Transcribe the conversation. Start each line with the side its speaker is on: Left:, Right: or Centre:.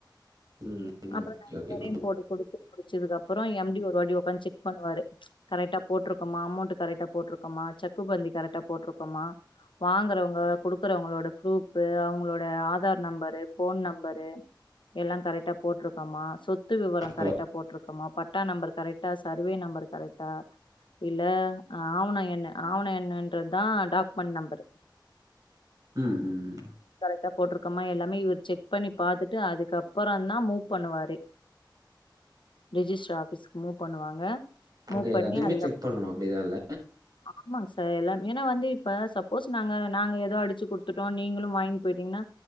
Right: ம்
Left: அப்புற
Right: ஓகே
Left: நாங்க
Right: ஓகே
Left: கரையும் போட்டு குடுத்து முடிச்சதுக்கு அப்புற எம் டி ஒருவாட்டி உக்காந்து செக் பண்ணுவாரு கரெக்டா போட்ருக்கோமா அமௌண்ட்டு கரெக்டா போட்ருக்கோமா சக்கு பந்தி கரெக்டா போட்ருக்கோமா வாங்கறவங்க குடுக்குறவங்களோட ஃப்ரூஃபு அவுங்களோட ஆதார் நம்பரு ஃபோன் நம்பரு எல்லா கரெக்டா போட்ருக்கோமா சொத்து விவரம்
Right: ஹலோ
Left: கரெக்டா போட்ருக்கோமா பட்டா நம்பர் கரெக்டா சர்வே நம்பர் கரெக்டா இல்ல ஆவண எண்ண ஆவண எண்ணுன்றதுதா டாக்குமெண்ட் நம்பரு
Right: ம் ம்
Left: ட்டா போட்ருக்கோமா எல்லாமே இவர் செக் பண்ணி பாத்துட்டு அதுக்கப்பறந்தா மூவ் பண்ணுவாரு ரிஜிஸ்டர் ஆஃபிஸ்க்கு மூவ் பண்ணுவாங்க மூவ்
Right: ஓகே எல்லாத்தையுமே
Left: பண்ணி அதுக்கப்
Right: செக் பண்ணு அப்டிதான்ல்ல
Left: ஆமாங்க சார் எல்லாமே ஏன்னா வந்து இப்ப சப்போஸ் நாங்க நாங்க ஏதோ அடிச்சு குடுத்துட்டோ நீங்களு வாங்கிட் போயிட்டீங்கன்னா